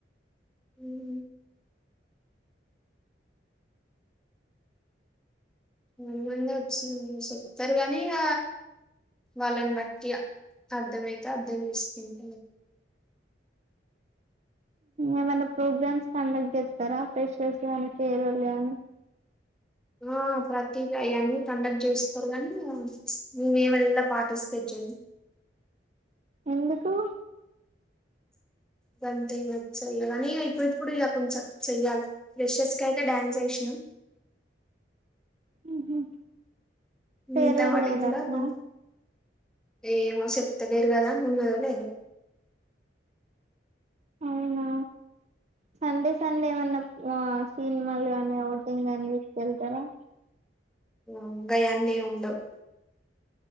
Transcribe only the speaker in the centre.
హ్మ్ కొంత మంది వచ్చి చెప్పుతారు గానీ ఇగ వాళ్ళని బట్టి ఇగ అర్థమయితే అర్థం చేసుకుంట.
ఆ ప్రతి ది అయన్నీ కండక్ట్ చేస్తాడు గానీ మేమల్ల పార్టిసిపేట్ చేయము.
గంతేమ్ నచ్చలే కానీ గ ఇప్పుడు ఇప్పుడు ఇక కొంచెం చెయ్యాలి ప్రెషర్స్ కఅయితే డ్యాన్స్ చేసినా.
మిగతా వాటికి
కూడా
కొం ఏమో చెప్త లేరు కదా ఉన్నదో లేదొ
ఉ గయి అన్ని ఏం ఉండవ్